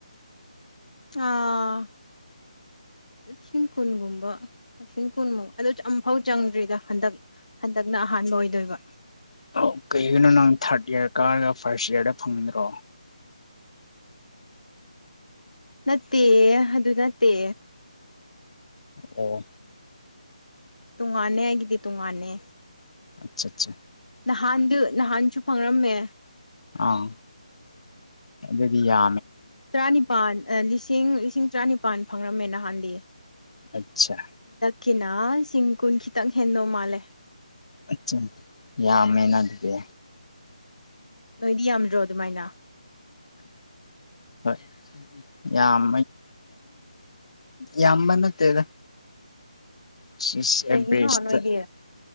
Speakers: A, on the left (about 80°); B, on the left (about 60°).
A: ꯑꯥ ꯂꯤꯁꯤꯡ ꯀꯨꯟꯒꯨꯝꯕ ꯂꯤꯁꯤꯡ ꯀꯨꯟꯃꯨꯛ ꯑꯗꯨ ꯑꯃꯝꯐꯥꯎ ꯆꯪꯗ꯭ꯔꯤꯗ ꯍꯟꯗꯛ ꯍꯟꯗꯛꯅ ꯑꯍꯥꯟꯕ ꯑꯍꯥꯟꯕ ꯑꯣꯏꯗꯣꯏꯕ
B: ꯑꯣ ꯀꯩꯒꯤꯅꯣ ꯅꯪ ꯊꯥꯔꯠ ꯏꯌꯥꯔ ꯀꯥꯔꯒ ꯐꯥꯔꯁ ꯏꯌꯥꯔꯗ ꯐꯪꯒꯗ꯭ꯔꯣ
A: ꯅꯠꯇꯦ ꯑꯗꯨ ꯅꯠꯇꯦ
B: ꯑꯣ
A: ꯇꯨꯡꯉꯥꯟꯅꯦ ꯑꯩꯒꯤꯗꯤ ꯇꯨꯡꯉꯥꯟꯅꯦ
B: ꯑꯆꯥ ꯑꯆꯥ
A: ꯅꯍꯥꯟꯗꯨ ꯅꯍꯥꯟꯁꯨ ꯐꯪꯔꯝꯃꯦ
B: ꯑꯥ ꯑꯗꯨꯗꯤ ꯌꯥ
A: ꯇꯔꯥꯅꯤꯄꯥꯜ ꯂꯤꯁꯤꯡ ꯂꯤꯁꯤꯡ ꯇꯔꯥꯅꯤꯄꯥꯜ ꯐꯪꯔꯝꯃꯦ ꯅꯍꯥꯟꯗꯤ
B: ꯑꯠꯆꯥ
A: ꯀꯤꯅꯥ ꯂꯤꯁꯤꯡ ꯀꯨꯟ ꯈꯤꯇꯪ ꯍꯦꯟꯗꯧ ꯃꯥꯜꯂꯦ
B: ꯑꯆꯥ ꯌꯥꯝ ꯃꯦꯅ ꯑꯗꯨꯗꯤ
A: ꯅꯣꯏꯗꯤ ꯌꯥꯝꯗ꯭ꯔꯣ ꯑꯗꯨꯃꯥꯏꯅ
B: ꯍꯣꯢ ꯌꯥꯝ ꯌꯥꯝꯕ ꯅꯠꯇꯦꯗ ꯁꯤꯑꯦꯕꯦꯔꯦꯁꯇ
A: ꯀꯩꯒꯤꯅꯣ ꯅꯣꯏꯗꯤ